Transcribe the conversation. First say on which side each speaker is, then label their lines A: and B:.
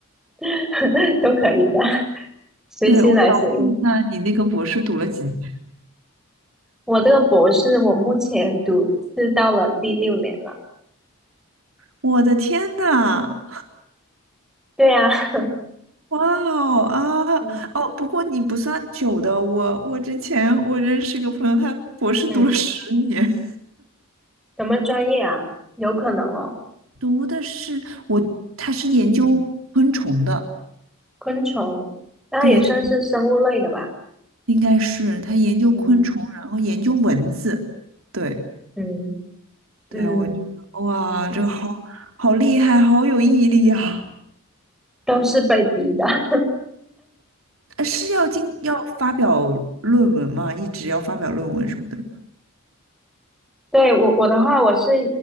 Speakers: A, in the centre; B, on the right (about 70°).
A: <laughs> 都可以的，
B: <laughs>
A: 随心来行。
B: 对，我想问一下，你那个博士读了几年？<laughs>
A: 我这个博士，我目前读是到了第六年了。
B: 我的天呐！
A: 对呀、<laughs>
B: 哇哦啊哦，
A: 嗯
B: 不过你不算久的，我我之前我认识一个朋友，他博士读了十年。
A: 嗯。什么专业啊？有可能哦。
B: 读的是我，他是研究昆虫的，
A: 嗯，昆虫，那也算是生物类的吧？
B: 对，他应该是他研究昆虫，
A: 嗯
B: 然后研究蚊子，对
A: 嗯嗯
B: 对，我觉得哇，
A: 嗯，
B: 这个好好厉害，好有毅力啊！
A: 都是被逼的。<laughs>
B: 呃是要经要发表论文吗？一直要发表论文什么的
A: 对，我我的话，我是